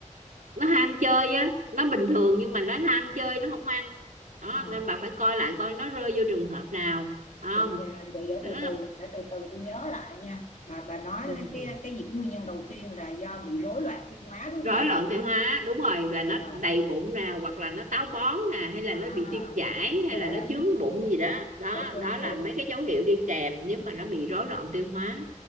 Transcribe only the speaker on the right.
nó ham chơi á nó bình thường nhưng mà nó ham chơi nó không ăn đó
nên bà phải coi lại coi nó rơi vô trường hợp nào không
đó
ừ.
rối
loạn tiêu hóa đúng rồi là
nó
đầy bụng nè hoặc là nó táo bón nè hay là
nó bị tiêu chảy
hay là nó chướng bụng gì đó đó
đó là
mấy cái dấu hiệu đi kèm nếu mà nó bị rối loạn tiêu hóa